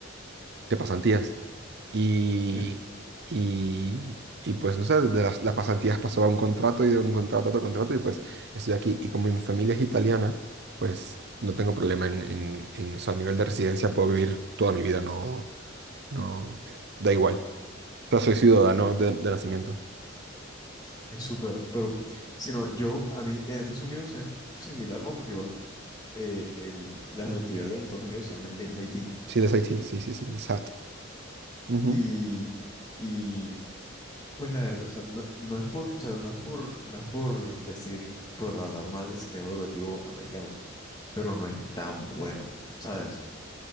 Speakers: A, on the right; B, on the left.
A: de pasantías. Y,
B: sí,
A: y, y, pues no sé, de las, las pasantías pasó a un contrato y de un contrato a otro contrato y pues estoy aquí. Y como mi familia es italiana, pues no tengo problema en, en, en- o sea, a nivel de residencia puedo vivir toda mi vida, no, no, eh, da igual. O sea, soy ciudadano
B: ok.
A: de, de nacimiento.
B: Qué súper, pero si no, yo, a mí, en Estados Unidos es similar, ¿no? Porque igual eh, el, la selectividad en Estados Unidos se llama el SAT.
A: Sí, del SAT, sí, sí, sí, el SAT. Ujú,
B: Y, y Pues la verdad, o sea, no, no es por, o sea, no es por, no es por decir, por hablar mal del sistema educativo americano, pero no es tan bueno, ¿sabes?